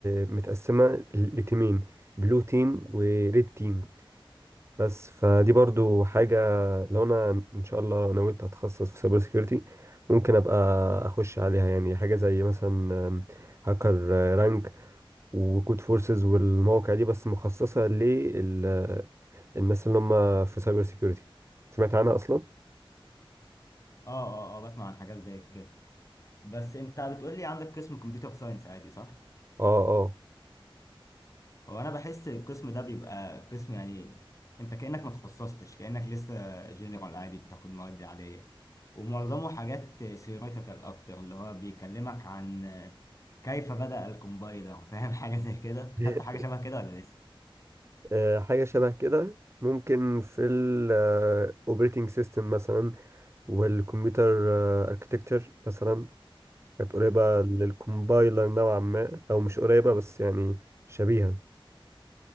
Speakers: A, on the right; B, on the left.
A: متقسمة ل- لتيمين بلو تيم وريد تيم بس فدي برضو حاجة لو انا ان شاء الله نويت اتخصص في سايبر سيكيورتي ممكن ابقى اخش عليها يعني حاجة زي مثلا هاكر رانك وكود فورسز والمواقع دي بس مخصصة للناس اللي هم في سايبر سيكيورتي سمعت عنها أصلا؟
B: اه اه اه بسمع عن حاجات زي كده بس انت بتقول لي عندك قسم كمبيوتر ساينس عادي صح؟
A: اه اه
B: هو انا بحس القسم ده بيبقى قسم يعني انت كأنك ما تخصصتش كأنك لسه جنرال عادي بتاخد مواد عادية ومعظمه حاجات ثيوريتيكال اكتر اللي هو بيكلمك عن كيف بدأ الكومبايلر فاهم <laughs> حاجة زي كده؟
A: <laughs>
B: خدت حاجة شبه كده ولا لسه؟
A: آه، حاجة شبه كده ممكن في الاوبريتنج سيستم مثلا والكمبيوتر اركتكتشر مثلا كانت قريبة للكومبايلر نوعا ما أو مش قريبة بس يعني شبيهة